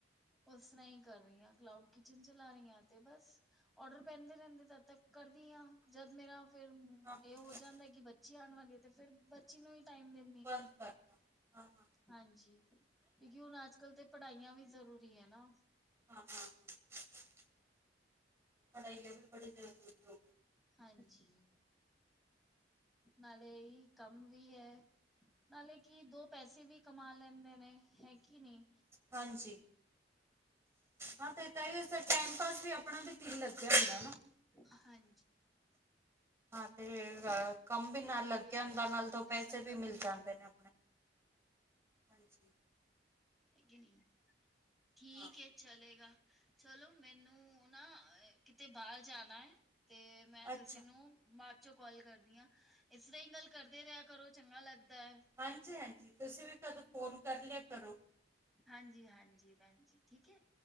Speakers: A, in the centre; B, on the right (about 15°).
A: ਉਸ ਤਰ੍ਹਾਂ ਈ ਕਰ ਰੀਆਂ, ਕਲਾਊਡ ਕਿਚਨ ਚਲਾ ਰੀ ਆ ਤੇ ਬਸ ਔਡਰ ਪੈਂਦੇ ਰੈਂਦੇ ਤਦ ਤੱਕ ਕਰਦੀ ਆ, ਜਦ ਮੇਰਾ ਫੇਰ
B: ਹਾਂ ਹਾਂ,
A: ਏ ਹੋ
B: ਹਾਂ,
A: ਜਾਂਦੈ ਕਿ ਬੱਚੀ ਆਨ ਵਾਲੀ ਏ, ਤੇ ਫੇਰ ਬੱਚੀ ਨੂੰ ਈ ਟਾਈਮ ਦੇ
B: ਬੰਦ ਕਰਤਾ ਹਾਂ ਹਾਂ
A: ਹਾਂਜੀ, ਕਿਉਂਕਿ ਹੁਨ ਅੱਜ-ਕੱਲ ਤੇ ਪੜ੍ਹਾਈਆਂ ਵੀ ਜ਼ਰੂਰੀ ਵੀ ਏਨਾ
B: ਹਾਂ, ਹਾਂ, ਹਾਂ ਪੜਾਈਆਂ ਵੀ ਬੜੀ ਜਰੂਰੀ ਹੋਗੀ ਏ।
A: ਹਾਂਜੀ, ਨਾਲੇ ਏਹੀ ਕੰਮ ਵੀ ਐ ਨਾਲੇ ਕਿ ਦੋ ਪੈਸੇ ਵੀ ਕਮਾ ਲੈਂਦੇ ਨੇ, ਹੈਕੇ ਨੀ?
B: ਹਾਂਜੀ, ਹਾਂ ਤੇ ਤਾਂਹੀ ਫੇਰ ਟੈਮ ਪਾਸ ਵੀ ਅਪਨਾ ਬਈ ਕੀ ਲੱਗਿਆ ਹੁੰਦਾ ਨਾ
A: ਹਾਂਜੀ।
B: ਹਾਂ, ਤੇ
A: ਨਹੀਂ ਨਹੀਂ
B: ਕੰਮ ਵੀ ਨਾਲ
A: ਵਧੀਆ
B: ਲੱਗੇਯਾ
A: ਹੈ
B: ਹੁੰਦਾ ਤੇ ਨਾਲ ਦੋ
A: ਇਸ
B: ਪੈਸੇ
A: ਤਰ੍ਹਾਂ ਕਰਨਾ
B: ਵੀ ਮਿਲ ਜਾਂਦੇ ਨੇ। ਹਾਂਜੀ।
A: ਹੈਕੇ ਨੀਂ, ਠੀਕ
B: ਹਾਂ
A: ਏ ਚਲੇਗਾ। ਚਲੋ, ਮੈਨੂੰ ਨਾ ਕਿਤੇ ਬਾਰ ਜਾਣਾ ਏ ਤੇ ਮੈਂ
B: ਅੱਛਾ
A: ਤੁਸੀ ਨੂੰ ਬਾਦ ਚੋਂ ਕੋਲ ਕਰਦੀ ਆ। ਏਸਰਾਂ ਈ ਗੱਲ ਕਰਦੇ ਰੇਯਾ ਕਰੋ, ਚੰਗਾ ਲੱਗਦੈ।
B: ਹਾਂਜੀ-ਹਾਂਜੀ, ਤੁਸੀਂ ਵੀ ਕਦ ਫੋਨ ਕਰ ਲੇਆ ਕਰੋ।
A: ਹਾਂਜੀ-ਹਾਂਜੀ ਭੈਣ ਜੀ ਠੀਕ ਐ।